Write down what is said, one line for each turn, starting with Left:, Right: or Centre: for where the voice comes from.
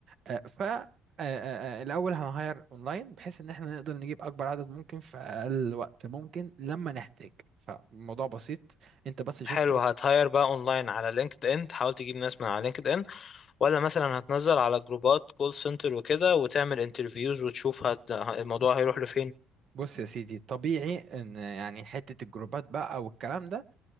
Right: آه، ف آه، آه، آه، الاول هنهاير اونلاين بحيث ان احنا نقدر نجيب اكبر عدد ممكن في اقل وقت ممكن لما نحتاج فالموضوع بسيط انت بس شفته
Left: حلو هتهاير بقى اونلاين على لينكد ان تحاول تجيب ناس من على لينكد ان ولا مثلا هتنزل على جروبات كول سنتر وكده وتعمل انترفيوز وتشوف هت... الموضوع هيروح لفين
Right: بص يا سيدي طبيعي ان يعني حته الجروبات بقى والكلام ده